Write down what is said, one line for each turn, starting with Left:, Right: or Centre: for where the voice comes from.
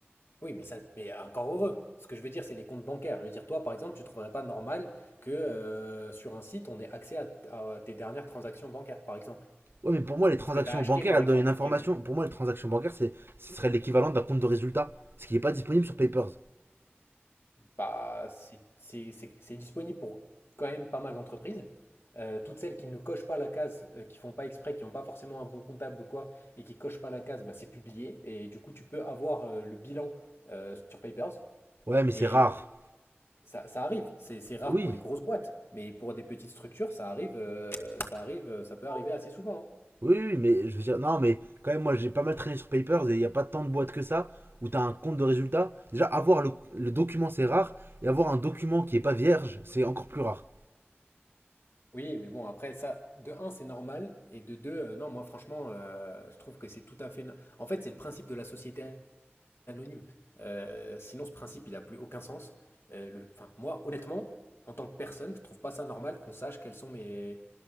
Left: Oui, mais ça, mais encore heureux. Ce que je veux dire, c'est les comptes bancaires. Je veux dire, toi, par exemple, tu trouverais pas normal que euh, sur un site, on ait accès à, à tes dernières transactions bancaires, par exemple.
Right: Ouais, mais pour moi, les transactions
Left: Ce que tu as acheté,
Right: bancaires,
Left: par
Right: elles
Left: exemple,
Right: donnent une information.
Left: ou quel
Right: Pour moi, les transactions bancaires, c'est, ce serait l'équivalent d'un compte de résultat. Ce qui n'est pas disponible sur Papers.
Left: Bah, c'est c'est- c'est- c'est disponible pour quand même pas mal d'entreprises. Euh, toutes celles qui ne cochent pas la case, euh, qui font pas exprès, qui n'ont pas forcément un bon comptable ou quoi, et qui cochent pas la case, bah, c'est publié. Et du coup, tu peux avoir euh, le bilan euh, sur Papers.
Right: Ouais, mais c'est
Left: Et
Right: rare.
Left: ça, ça arrive. C'est c'est rare
Right: Oui,
Left: pour les grosses boîtes, mais pour des petites structures, ça arrive, euh, ça arrive, euh, ça peut arriver assez souvent. hein.
Right: oui, oui, mais je veux dire, non, mais quand même, moi, j'ai pas mal traîné sur Papers et il n'y a pas tant de boîtes que ça où tu as un compte de résultat. Déjà, avoir le, le document, c'est rare. Et avoir un document qui n'est pas vierge, c'est encore plus rare.
Left: Oui, mais bon, après, ça, de un, c'est normal, et de deux, euh, non, moi, franchement, euh, je trouve que c'est tout à fait. no- En fait, c'est le principe de la société anonyme. Euh, sinon, ce principe, il n'a plus aucun sens. Euh, le- Enfin, moi, honnêtement, en tant que personne, je trouve pas ça normal qu'on sache quels sont mes,